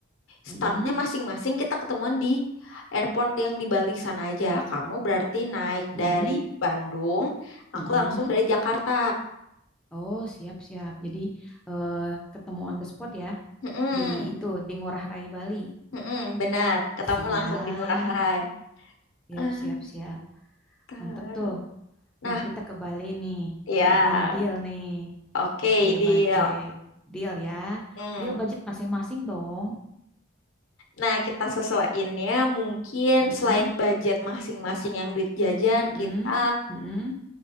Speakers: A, on the left (about 85°); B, in the centre.
A: startnya
B: Mm-mm.
A: masing-masing kita ketemuan di airport yang di Bali sana aja. Kamu berarti naik
B: Mm-mm.
A: dari Bandung, aku
B: Mm-mm.
A: langsung dari Jakarta.
B: Oh, siap-siap. Jadi eh, ketemu on the spot ya.
A: Mm-mm,
B: Di itu, di Ngurah Rai Bali.
A: mm-mm, benar, ketemu
B: Siap.
A: langsung di Ngurah Rai.
B: Siap,
A: Ah,
B: siap, siap.
A: terus.
B: Mantep tuh.
A: Nah,
B: Nah, kita ke Bali nih.
A: ya,
B: Jadi ini deal nih.
A: oke,
B: Oke,
A: deal.
B: budget. Deal ya.
A: Mm.
B: Deal budget masing-masing dong.
A: Nah, kita sesuaiinnya mungkin
B: Heeh,
A: selain budget masing-masing yang duit jajan,
B: heeh,
A: kita
B: heeh.